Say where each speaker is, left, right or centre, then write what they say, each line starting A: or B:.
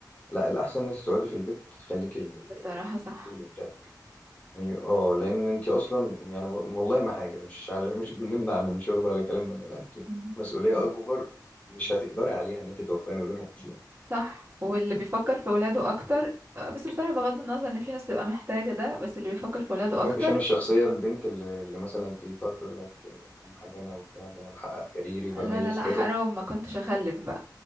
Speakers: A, on the left (about 20°); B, on the right (about 30°).
A: لا الاحسن ان انت تقعدي في البيت تخليكي
B: بصراحة صح
A: البيبي يعني اه لان انت اصلا يعني والله ما حاجه مش على مش بنمنع من شغل ولا كلام من ده لا انت في
B: مم.
A: مسؤوليه اكبر مش هتقدري عليها ان انت توفقي ما بينهم اصلا
B: صح واللي بيفكر في ولاده اكتر آه، بس بصراحة بغض النظر ان في ناس تبقى محتاجة ده بس اللي بيفكر في ولاده
A: ما
B: اكتر
A: بحبش انا الشخصيه البنت اللي, اللي مثلا تيجي تقعد تقول لك آه، اهم حاجه انا وبتاع ده انا بحقق كاريري وبميز
B: لا لا لا
A: كذا
B: حرام ما
A: طب
B: كنتش اخلف بقى